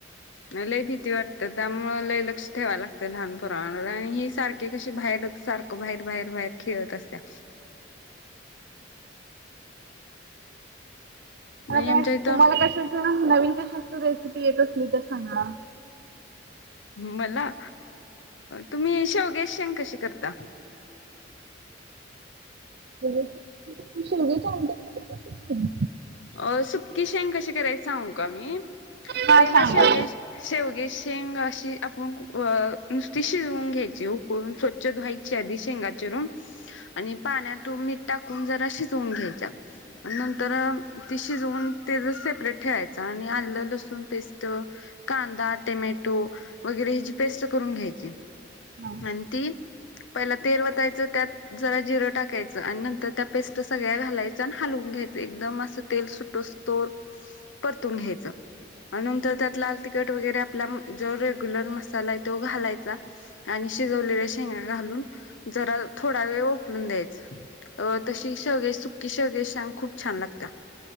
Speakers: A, on the left; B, on the right.
A: लय भीती वाटते, त्यामुळं लय लक्ष ठेवाय लागतंय लहान पोरांवर आणि ही सारखी कशी बाहेरच सार बाहेर बाहेर बाहेर खेळत असत्या. नाही
B: म काय
A: आमच्या इथं
B: तुम्हाला कशाच ना नवीन कशाचं रेसिपी येत असली तर सांगा.
A: मला तुम्ही शेवग्याची शेंग कशी करता?
B: शेवग्याची आमटी करतो तशीच सेम.
A: अ सुक्की शेंग कशी करायची सांगू का मी.
B: हा
A: पहिला
B: सांगा
A: शेवग्या शेवग्याची शेंग अशी आपण अ नुसती शिजवून घ्यायची. उकळून स्वच्छ धुवाय च्या आधी शेंगा चिरून आणि पाण्यात मीठ टाकून जरा शिजवून घ्यायच्या. आणि नंतर ते शिजवून तेजं सेपरेट ठेवायचं आणि आलं, लसूण पेस्ट कांदा, टेमॅटो वगैरे ह्याची पेस्ट करून घ्यायची
B: हा
A: आणि ती पहिला तेल वतायचं, त्यात जरा जिरं टाकायचं आणि नंतर त्या पेस्ट सगळ्या घालायच्या आणि हलवून घ्यायचं. एकदम असं तेल सुटोस्तोर परतवून घ्यायचं आणि नंतर त्यात लाल तिख तिखट वगैरे आपला जो रेगुलर मसाला आहे तो घालायचा आणि शिजवलेल्या शेंगा घालून जरा थोडा वेळ उकडून द्यायचं. अ तशी शेवग्याची सुकी शेवग्याची शेंग खूप छान लागत्या.